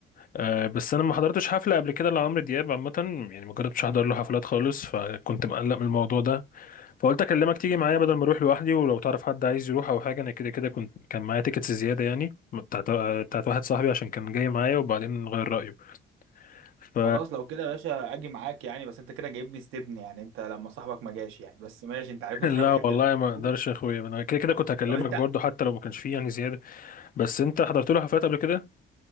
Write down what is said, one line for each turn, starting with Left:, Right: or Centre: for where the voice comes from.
Left: أه بس انا ما حضرتش حفله قبل كده لعمرو دياب عامه يعني ما جربتش احضر له حفلات خالص فكنت مقلق من الموضوع ده فقلت اكلمك تيجي معايا بدل ما اروح لوحدي ولو تعرف حد عايز يروح او حاجه انا كده كده كنت كان معايا تيكتس زياده يعني بتاعت بتاعت واحد صاحبي عشان كان جاي معايا وبعدين غير رايه ف
Right: خلاص لو كده يا باشا اجي معاك يعني بس انت كده جايبني استبن يعني انت لما صاحبك ما جاش يعني بس ماشي انت
Left: <laughs>
Right: عارفني
Left: لا
Right: عشان انا بحب
Left: والله
Right: الاكل
Left: ما اقدرش
Right: قوي
Left: يا اخويا انا كده كده كنت هكلمك
Right: طب انت
Left: برضه حتى لو ما كانش فيه يعني زياده بس انت حضرت له حفلات قبل كده